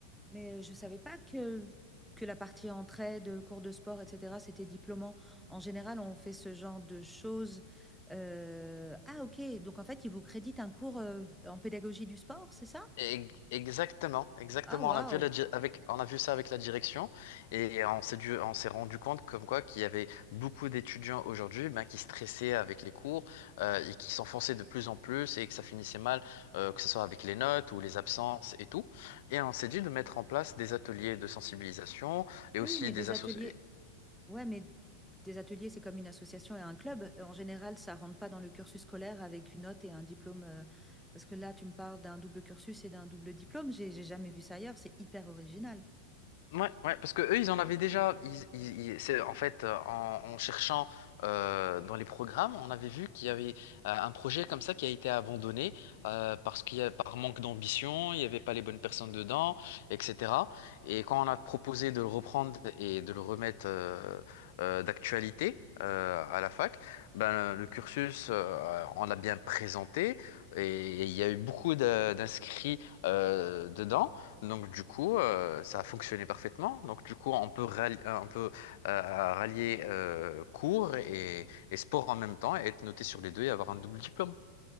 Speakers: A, in the centre; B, on the left.
A: Mais euh, je ne savais pas que, que la partie entraide, euh, cours de sport, etc., c'était diplômant. En général, on fait ce genre de choses. Euh, Ah, ok. Donc, en fait, ils vous créditent un cours euh, en pédagogie du sport, c'est ça?
B: Eg- Exactement, exactement.
A: Ah, waouh.
B: On a vu la di- avec, on a vu ça avec la direction et on s'est dû, on s'est rendu compte comme quoi qu'il y avait beaucoup d'étudiants aujourd'hui ben, qui stressaient avec les cours euh, et qui s'enfonçaient de plus en plus et que ça finissait mal, euh, que ce soit avec les notes ou les absences et tout. Et on s'est dit de mettre en place des ateliers de sensibilisation et
A: Oui,
B: aussi
A: oui, mais
B: des
A: des
B: associations.
A: ateliers. Ouais, mais des ateliers, c'est comme une association et un club. En général, ça rentre pas dans le cursus scolaire avec une note et un diplôme. euh, Parce que là, tu me parles d'un double cursus et d'un double diplôme. J'ai j'ai jamais vu ça ailleurs. C'est hyper original.
B: Ouais, ouais, parce que eux, ils en avaient déjà. Ils, ils- ils- c'est, en fait, euh, en, en cherchant euh, dans les programmes, on avait vu qu'il y avait euh, un projet comme ça qui a été abandonné euh, parce qu'il y a, par manque d'ambition, il n'y avait pas les bonnes personnes dedans, etc. Et quand on a proposé de le reprendre et de le remettre euh, euh, d'actualité euh, à la fac, ben, le cursus, euh, on l'a bien présenté et il y a eu beaucoup de- d'inscrits euh, dedans. Donc du coup, euh, ça a fonctionné parfaitement. Donc du coup, on peut rallier, on peut, euh, rallier euh, cours et, et sport en même temps et être noté sur les deux et avoir un double diplôme,